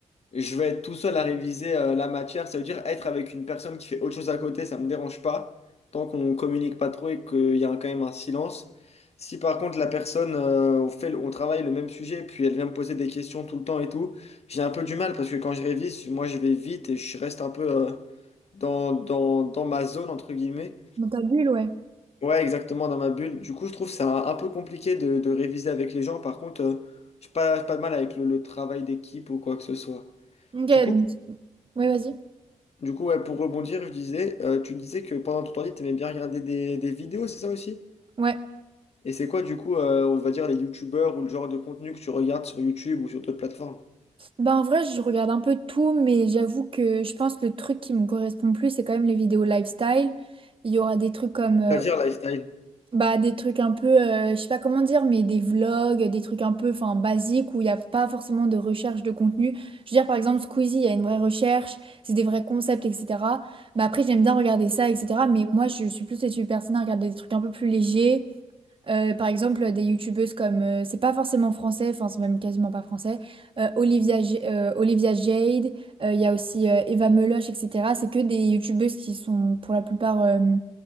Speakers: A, on the left (about 55°); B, on the right (about 40°).
A: je vais être tout seul à réviser euh, la matière, ça veut dire être avec une personne qui fait autre chose à côté, ça me dérange pas, tant qu'on communique pas trop et qu'il y a un- quand même un silence. Si par contre la personne, euh, on fait, le- on travaille le même sujet, puis elle vient me poser des questions tout le temps et tout, j'ai un peu du mal parce que quand je révise, moi je vais vite et je reste un peu euh, dans, dans, dans ma zone, entre guillemets.
B: Dans ta bulle, ouais.
A: Ouais, exactement, dans ma bulle. Du coup, je trouve ça un peu compliqué de, de réviser avec les gens. Par contre, euh, j'ai pas, j'ai pas de mal avec le, le travail d'équipe ou quoi que ce soit.
B: Ok,
A: Du coup,
B: donc. Ouais, vas-y.
A: du coup ouais, pour rebondir, je disais, euh, tu disais que pendant ton temps libre, t'aimais bien regarder des, des vidéos, c'est ça aussi?
B: Ouais.
A: Et c'est quoi, du coup, euh, on va dire les youtubeurs ou le genre de contenu que tu regardes sur YouTube ou sur d'autres plateformes?
B: Bah en vrai, je regarde un peu tout, mais j'avoue que je pense que le truc qui me correspond le plus, c'est quand même les vidéos lifestyle. Il y aura des trucs comme, euh,
A: C'est-à-dire lifestyle.
B: bah, des trucs un peu, euh, je sais pas comment dire, mais des vlogs, des trucs un peu, enfin, basiques où il n'y a pas forcément de recherche de contenu. Je veux dire, par exemple, Squeezie, il y a une vraie recherche, c'est des vrais concepts, etc. Bah après, j'aime bien regarder ça, etc. Mais moi, je suis plus cette personne à regarder des trucs un peu plus légers. Euh, par exemple, des youtubeuses comme, euh, c'est pas forcément français, enfin c'est même quasiment pas français, euh, Olivia, J- euh, Olivia Jade, euh, il y a aussi euh, Eva Meloche, etc. C'est que des youtubeuses qui sont pour la plupart euh,